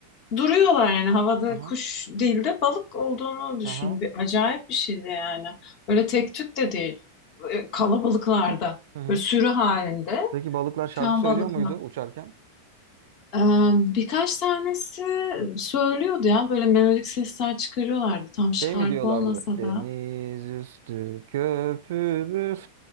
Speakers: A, on the left; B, on the right.
A: duruyorlar yani havada
B: Aha,
A: kuş değil de balık olduğunu düşün.
B: aha,
A: Bir, acayip bir şeydi yani. Öyle tek tük de değil. E, Kalabalıklarda.
B: hı hı.
A: Böyle sürü halinde
B: Peki balıklar
A: uçan
B: şarkı söylüyor
A: balıklar.
B: muydu uçarken?
A: E, birkaç tanesi söylüyordu ya böyle melodik sesler çıkarıyorlardı. Tam
B: Şey
A: şarkı
B: mi diyorlardı?
A: olmasa
B: Deniz
A: da.
B: üstü köpürür.